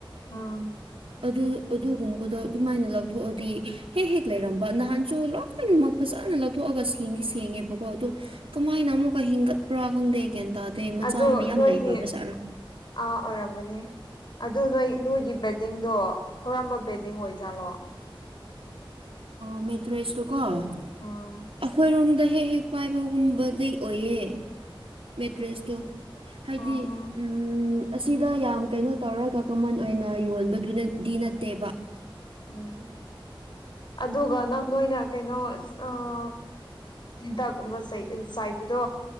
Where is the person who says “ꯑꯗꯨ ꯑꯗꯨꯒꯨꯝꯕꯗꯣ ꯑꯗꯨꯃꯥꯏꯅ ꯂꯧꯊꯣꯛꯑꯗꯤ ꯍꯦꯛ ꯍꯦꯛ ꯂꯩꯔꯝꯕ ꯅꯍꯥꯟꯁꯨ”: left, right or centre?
Right